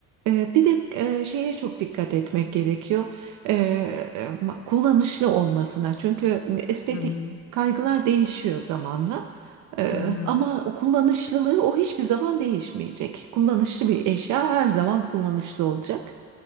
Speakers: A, on the right (about 75°); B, on the left (about 55°).
A: Ee, bir de e, şeye çok dikkat etmek gerekiyor. Ee, e, ma- kullanışlı olmasına. Çünkü estetik
B: Hı hı.
A: kaygılar değişiyor zamanla. Ee,
B: Hı hı.
A: ama o kullanışlılığı o hiçbir zaman değişmeyecek. Kullanışlı bir eşya her zaman kullanışlı olacak.